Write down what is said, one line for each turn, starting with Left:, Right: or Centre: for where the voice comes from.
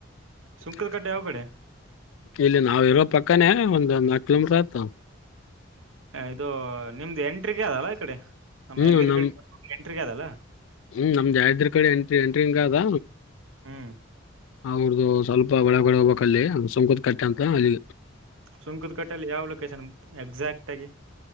Right: ಸುಂಕದ
Left: <inaudible>
Right: ಕಟ್ಟೆ ಯಾವ ಕಡೆ
Left: ಇಲ್ಲಿ ನಾವಿರೋ ಪಕ್ಕನೇ ಒಂದು ನಕ್ಳು ಕಿಲೋಮೀಟರು ಆಯ್ತು
Right: ಇದು ನಿಮ್ದು ಎಂಟ್ರಿಗೆ ಆದಲ್ಲಾ ಈ ಕಡೆ ನಮ್ಮ
Left: ಹ್ಮ್
Right: ಯಾದಗಿರಿ
Left: ನಮ್
Right: ಕಡೆ ಎಂಟ್ರಿಗೆ ಆದದಲ್ಲ
Left: ಹ್ಮ್ ನಮ್ದ ಯಾದಗಿರಿ ಕಡೆ ಎಂಟ್ರಿ ಎಂಟ್ರಿ ಹಿಂಗ ಅದ
Right: ಹ್ಮ್
Left: ಅವ್ರ್ದು ಸ್ವಲ್ಪ ಒಳಗಡೆ ಹೋಗ್ಬೇಕ್ ಅಲ್ಲಿ ಸುಂಕುತ್ ಕಟ್ಟೆ ಅಂತ ಅಲ್ಲಿ
Right: ಸುಂಕತ್ ಕಟ್ಟೆಯಲ್ಲಿ ಯಾವ್ ಲೊಕೇಶನ್ ಎಕ್ಸಾಕ್ಟ್ ಆಗಿ